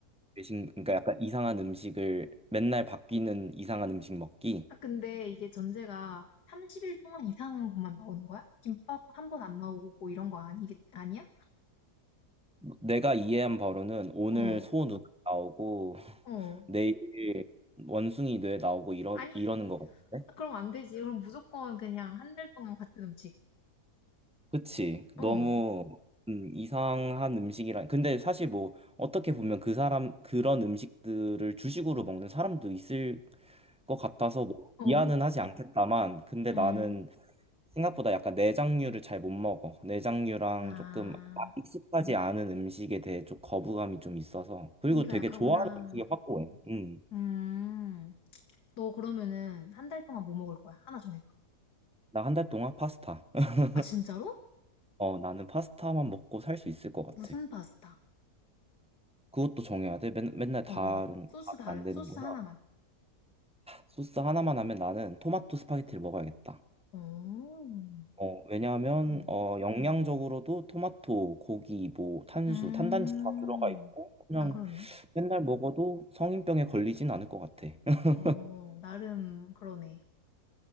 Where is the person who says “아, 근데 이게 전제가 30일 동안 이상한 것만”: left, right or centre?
Left